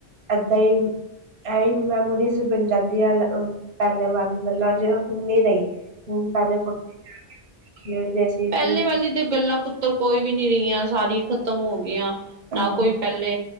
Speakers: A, on the right (about 80°); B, on the right (about 55°).
A: ਏਦਾਂ ਈ ਏਹੀ ਮੈਮੋਰੀਜ਼ਸ ਬਣ ਜਾਂਦੀ ਆ ਪੈਲੇ ਵਾਲੀ ਜੋ ਹੁਨ ਨਈ ਰਈ। ਹੂਨ ਪੈਲੇ ਚਲਾ ਕੇ ਖੇਲਦੇ ਸੀ।
B: ਪੈਲੇ
A: ਕੁਦ
B: ਵਾਲੀ ਤੇ ਗੱਲਾਂ ਪੁੱਤਰ ਕੋਈ ਵੀ ਨੀ ਰਹੀਆਂ ਸਾਰੀ ਖ ਖਤਮ ਹੋ ਗਈਆਂ। ਨਾ
A: ਹਮ
B: ਕੋਈ ਪੈਲੇ